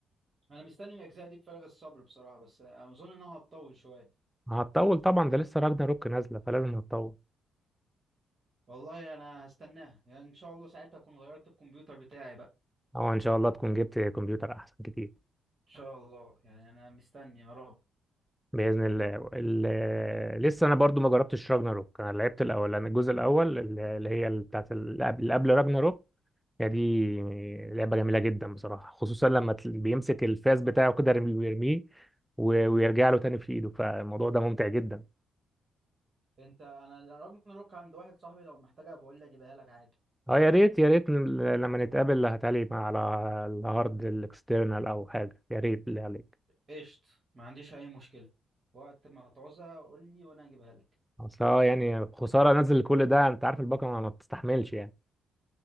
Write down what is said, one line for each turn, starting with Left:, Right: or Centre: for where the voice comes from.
Right: انا مستني الاجزاء دي بفارغ الصبر بصراحه بس اظن انها هتطول شويه
Centre: هتطول طبعا ده لسه راجنا روك نازلة فلازم هتطول
Right: والله انا هستناها يعني ان شاء الله ساعتها اكون غيرت الكمبيوتر بتاعي بقى
Centre: أو إن شاء الله تكون جبت كمبيوتر أحسن كتير
Right: شاء الله يعني انا مستني يا رب
Centre: بإذن الله ال- لسه أنا برضو ما جربتش راجنا روك أنا لعبت الأول أنا الجزء الأول اللي اللي هي بتاعت اللي قبل اللي قبل راجنا روك هي دي لعبة جميلة جدا بصراحة خصوصا لما تل- بيمسك الفاس بتاعه كده رم- ويرميه و- ويرجع له تاني في ايده فالموضوع ده ممتع جدا
Right: انت انا راجناروك عند واحد صاحبي لو محتاجها بقول لي اجيبها لك عادي
Centre: اه يا ريت يا ريت ن- لما نتقابل هتعلي على الهارد الاكسترنال او حاجة يا ريت اللي عليك
Right: قشط ما عنديش اي مشكلة وقت ما تعوزها قول لي وانا اجيبها لك
Centre: اصل اه يعني خسارة انزل كل ده انت عارف الباقة ما ما بتستحملش يعني